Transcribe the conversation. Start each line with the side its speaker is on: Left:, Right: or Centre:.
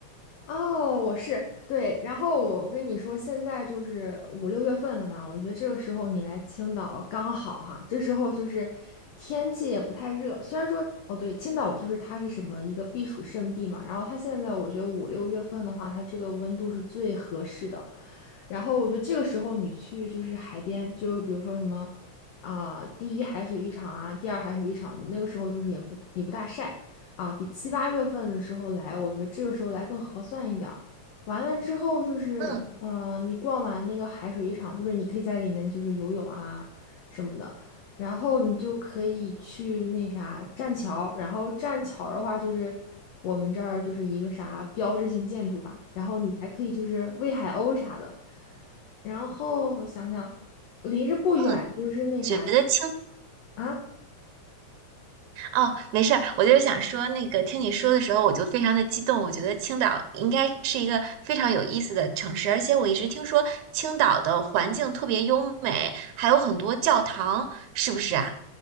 Left: 哦，我是对，然后我我跟你说，现在就是五六月份了嘛，我觉得这个时候你来青岛刚好哈，这时候就是天气也不太热，虽然说哦对，青岛就是它是什么一个避暑胜地嘛，然后它现在我觉得五六月份的话，它这个温度是最合适的，然后我觉得这个时候你去就是海边，就比如说什么啊、第一海水浴场啊，第二海水浴场，那个时候就是也不也不大晒。啊，比七八月份的时候来，我觉得这个时候来更合算一点儿。完了之后就是，
Right: 嗯
Left: 嗯，你逛完那个海水浴场，就是你可以在里面就是游泳啊什么的，然后你就可以去那啥栈桥，然后栈桥的话就是我们这儿就是一个啥标志性建筑吧，然后你还可以就是喂海鸥啥的，然后我想想，离着不远就是那啥
Right: 嗯，觉得青
Left: 啊。
Right: 哦，没事儿，我就是想说那个，听你说的时候我就非常的激动，我觉得青岛应该是一个非常有意思的城市，而且我一直听说青岛的环境特别优美，还有很多教堂，是不是啊？